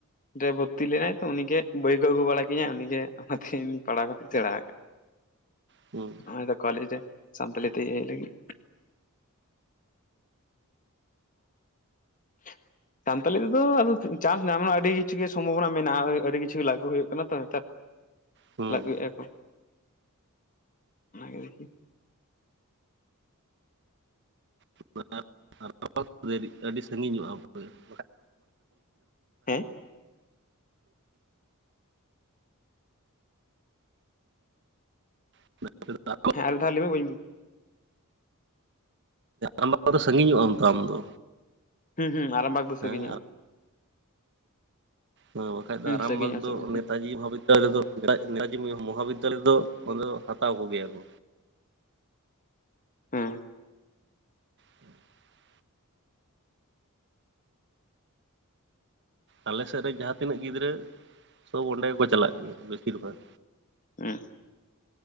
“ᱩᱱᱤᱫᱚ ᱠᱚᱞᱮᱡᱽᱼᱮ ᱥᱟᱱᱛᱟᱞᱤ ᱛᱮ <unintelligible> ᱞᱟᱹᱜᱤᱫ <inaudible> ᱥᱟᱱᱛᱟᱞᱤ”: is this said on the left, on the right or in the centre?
Left